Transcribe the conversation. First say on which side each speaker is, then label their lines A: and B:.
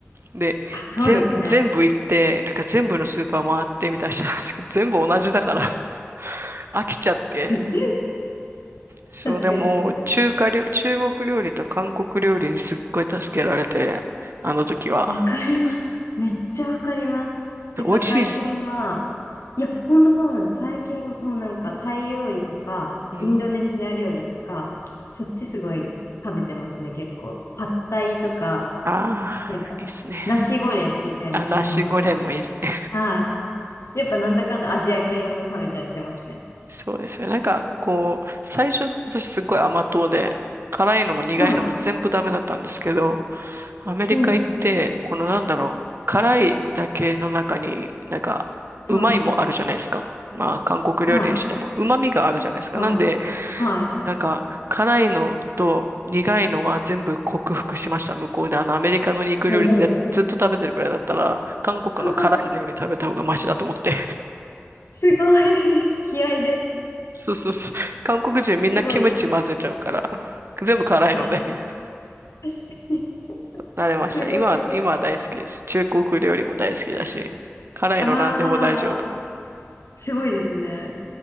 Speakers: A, on the right; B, on the left.
A: で、
B: あ、そうですね。
A: 全、全部行って、なんか全部のスーパー回ってみたいな人なんですけど、<laughs> 全部同じだから <laughs> 飽きちゃって。
B: <laughs>
A: そう、
B: 確かに確かに。
A: でも、中華料、中国料理と韓国料理にすっごい助けられて、あの時は。
B: わかります。めっちゃわかります。
A: で美味しい。
B: なんか最近は、いや、ほんとそうなんです。最近もうなんかタイ料理とか、
A: うん。
B: インドネシア料理とか、そっちすごい食べてますね、結構。パッタイとか、
A: ああー、
B: なんか、
A: いいっすね。
B: ナシゴレンみたいなのものとか。
A: あ、ナシゴレンもいいですね。
B: はい。やっぱなんだかんだアジア系のもの食べちゃってますね。
A: <laughs> そうですね。なんか、こう、最初、私すごい甘党で、辛いのも苦いのも全部ダメだったんですけど、
B: はい。
A: アメリカ行って、
B: うん。
A: このなんだろう、辛いだけの中に、なんか、
B: はい。
A: うまいもあるじゃないですか。まあ、韓国料理にしても、
B: はい。
A: うまみがあるじゃないですか。
B: はい。
A: なんで、
B: はい。
A: なんか、辛いのと苦いのは全部克服しました。向こうで、あの、アメリカの肉料理ずっと食べてるくらいだったら、
B: おお。
A: 韓国の辛い料理食べた方がマシだと思って。
B: <laughs> すごい。気合で。
A: そうそうそう。韓国人みんなキムチ混ぜちゃうから、
B: すごいですね。
A: 全部辛いので
B: あ、
A: <laughs>
B: 確かに。<laughs>
A: 慣れました。
B: すごい。
A: 今は、今は大好きです。中国料理も大好きだし、辛いの何でも大丈夫。
B: ああ、すごいですね。